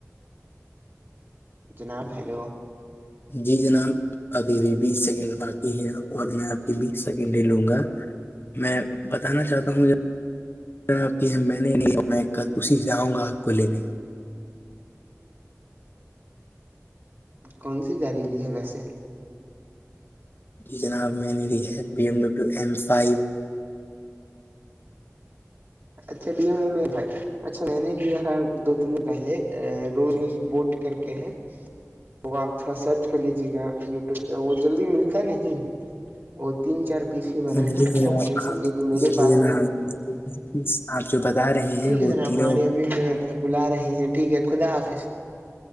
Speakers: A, on the right; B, on the left.
A: جناب ہیلو
B: جی جناب ابھی بھی بیس سیکنڈ باقی ہے اور میں اپ کی بیس سیکنڈ ہی لوں گا میں بتانا چاہتا ہوں <inaudible> آپ کہ میں نے نہیں میں کل اسی سے آؤں گا آپ کو لینے
A: کون سی گاڑی لی ہے ویسے
B: جی جناب میں نے لی ہے B M W M five
A: اچھا بی ایم ڈبلو بھائی اچھا میں نے لیا تھا دو تین دن پہلے روز روز بوٹ کر کے ہیں تو آپ تھوڑا سرچ کر لیجیے گا یوٹیوب پہ وہ جلدی ملتا نہیں ہے وہ تین چار پیس ہی بنا
B: جی
A: ہے اور
B: جناب
A: اس میں سے
B: آپ
A: ایک میرے
B: جی
A: پاس ہے
B: آپ جو بتا رہے
A: ٹھیک
B: ہیں
A: ہے
B: وہ
A: جناب
B: تینوں
A: ہماری امی ہمیں بلا رہی ہیں ٹھیک ہے خدا حافظ